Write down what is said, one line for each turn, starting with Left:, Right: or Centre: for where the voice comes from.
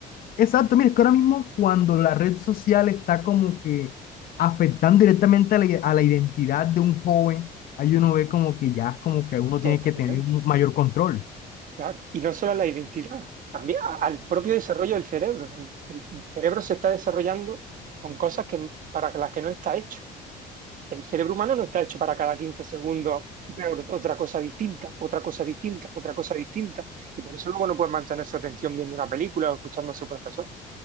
Left: Exacto, mira, es que ahora mismo cuando la red social está como que afectando directamente a la, i- a la identidad de un joven, ahí uno ve como que ya es como que uno
Right: totalmente.
Left: tiene que tener un mayor control.
Right: Claro. Y no solo a la identidad, también a- al propio desarrollo del cerebro. El, el- el cerebro se está desarrollando con cosas que, para las que no está hecho. El cerebro humano no está hecho para cada 15 segundos ver otra cosa distinta, otra cosa distinta, otra cosa distinta. Y por eso luego no puedes mantener su atención viendo una película o escuchando a su profesor.